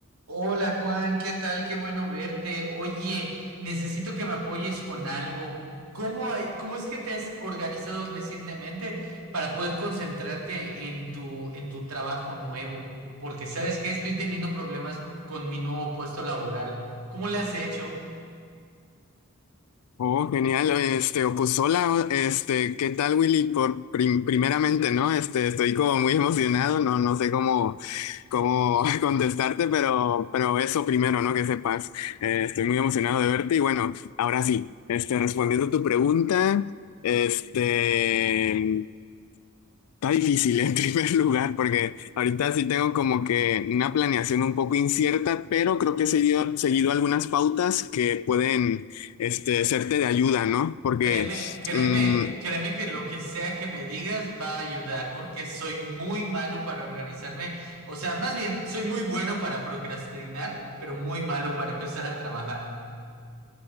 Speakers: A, on the right; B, on the left.
A: Hola Juan, ¿qué tal? Qué bueno verte. Oye, necesito que me apoyes con algo. ¿Cómo, hay- cómo es que te has organizado recientemente para poder concentrarte en tu, en tu trabajo nuevo? Porque sabes que estoy teniendo problemas con mi nuevo puesto laboral. ¿Cómo le has hecho?
B: Oh, genial, Oye, este, o pues hola, o- este, ¿qué tal Willy? Por prim- primeramente, ¿no? Este, estoy como muy emocionado, no, no sé cómo, cómo <laughs> contestarte, pero, pero eso primero, ¿no? Que sepas, Eh, estoy muy emocionado de verte y bueno, ahora sí, este, respondiendo a tu pregunta, este, Está difícil en <laughs> primer lugar porque ahorita sí tengo como que una planeación un poco incierta, pero creo que he seguido, seguido algunas pautas que pueden este, serte de ayuda, ¿no? Porque
A: Créeme, créeme,
B: mm,
A: créeme que lo que sea que me digas va a ayudar porque soy muy malo para organizarme. O sea, más bien, soy muy bueno para procrastinar, pero muy malo para empezar a trabajar.